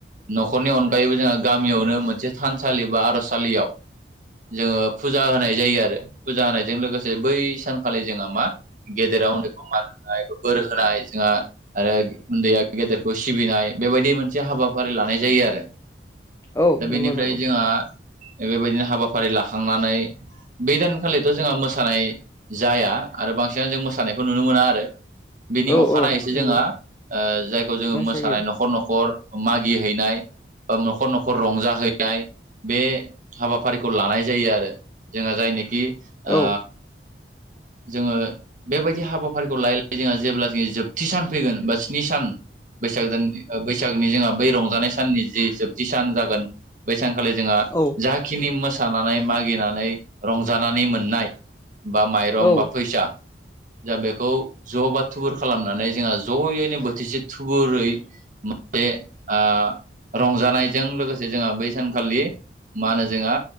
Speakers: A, on the right; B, on the left.
A: न'खरनि अनगायैबो जोंहा गामियावनो मोनसे थानसालि बा आर'जसालियाव जोङो फुजा होनाय जायो आरो फुजा होनायजों लोगोसे बै सानखालि जोंहा मा गेदेराव उन्दैखौ मान होनाय बोर होनाय जोंहा आरो उन्दैया गेदेरखौ सिबिनाय बेबायदि मोनसे हाबाफारि लानाय जायो आरो। दा
B: औ नंगौ
A: बेनिफ्राय
B: नंगौ
A: जोंहा बेबायदिनो हाबाफारि लाखांनानै बे दानखालिथ' जोंहा मोसानाय जाया आरो बांसिनानो जों मोसानायखौ नुनो मोना आरो। बिनि
B: औ
A: अखानायैसो
B: औ नंगौ
A: जोंहा ओ जायखौ जोङो
B: मोसायो
A: मोसानाय न'खर न'खर मागि हैैनाय ओ न'खर न'खर रंजाहैनाय बे हाबाफारि खौ लानाय जायो आरो जोंहा जायनोखि
B: औ
A: ओ जोङो बेबायदि हाबाफारिखौ लाय लायै जोंहा जेब्ला जोङि जोबथि सान फैगोन बा स्नि सान बैसाग दान ओ बैसागनि जोंहा बै रंजानाय साननि जि जोबथि सान जागोन बैसानखालि जोंहा
B: औ
A: जा खिनि मोसानानै मागिनानै रंजानानै मोननाय बा मा यरं
B: औ
A: बा फैसा जा बेखौ ज' बा थुबुर खालामनानै जोंहा जयैनो बोथिसे थुबुरै बे आ रंजानायजों लोगोसे जोंहा बै सानखालि मा होनो जोंहा